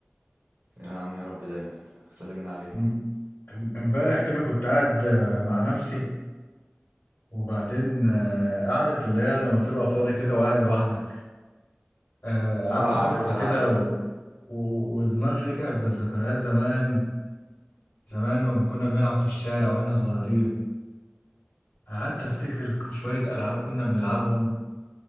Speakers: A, on the right; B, on the left.
A: يا عم يا رب دايما سلمنا عليهم
B: ام- امبارح كده كنت قاعد آه، مع نفسي وبعدين آه، قعدة اللي هي لما تبقى فاضي كده وقاعد لوحدك آه، قعدت
A: اه
B: افكر
A: عارف على
B: كده
A: القعده دي
B: و... و... ودماغي رجعت بالذكريات زمان زمان لما كنا بنلعب في الشارع واحنا صغيرين قعدت افتكر ك- شوية العاب كنا بنلعبهم